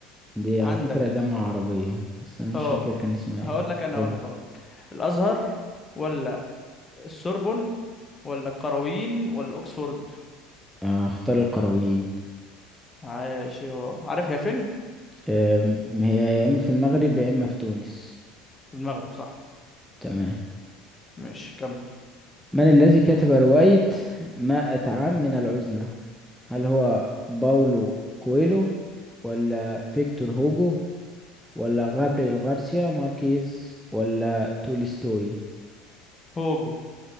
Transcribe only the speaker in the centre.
دي على
فكرة جامعة عربية بس انا مش
فاكر كان اسمها
ايه
قول
آه، اختار القرويين
أم، هي يا اما في المغرب يا اما في تونس
تمام
من الذي كتب رواية مائة عام من العزلة هل هو باولو كويلو ولا فيكتور هوجو ولا غابريل غارسيا ماركيز ولا تولستوي